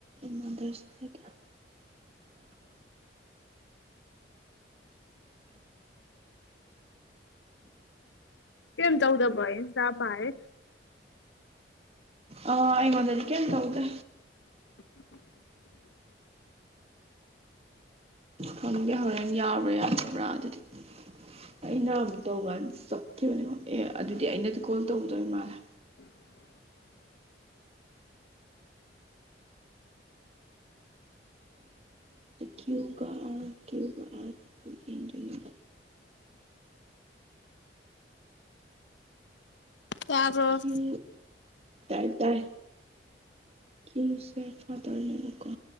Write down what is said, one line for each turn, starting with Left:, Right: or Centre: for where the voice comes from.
Right: ꯃꯥꯗꯔꯁ ꯕ꯭ꯔꯗꯔ
Left: ꯀꯦꯝ ꯆꯧꯗꯕꯥꯏ ꯁꯥꯄ ꯍꯥꯏ
Right: ꯑ ꯑꯩꯒꯣꯟꯗꯗꯤ ꯀꯦ ꯇ ꯍꯧꯗ
Left: <unintelligible>
Right: ꯊꯪꯒꯦ ꯍꯣꯔꯦꯟ ꯌꯥꯕ꯭ꯔꯥ ꯌꯥꯗꯕ꯭ꯔꯥ ꯑꯗꯨꯗꯤ ꯑꯩꯅ ꯑꯃꯨꯛ ꯇꯧ ꯀꯥꯟ ꯆꯠꯈꯤꯕꯅꯦꯀꯣ ꯑꯦ ꯑꯗꯨꯗꯤ ꯑꯩꯅꯗꯤ ꯀꯣꯜ ꯇꯧꯒꯗꯧꯔꯤ ꯃꯥꯜꯂꯦ
Left: <unintelligible>
Right: ꯀ꯭ꯌꯨꯒ ꯑꯥꯔ ꯀ꯭ꯌꯨꯒ ꯑꯥꯔ ꯌꯦꯡꯗꯣꯏꯅꯦꯕ
Left: ꯇꯔꯕꯣ
Right: ꯀ꯭ꯌꯨ ꯇꯥꯏ ꯇꯥꯏ ꯀ ꯎꯆꯦ ꯐꯥꯗꯔꯅꯦ ꯔꯨꯀꯥ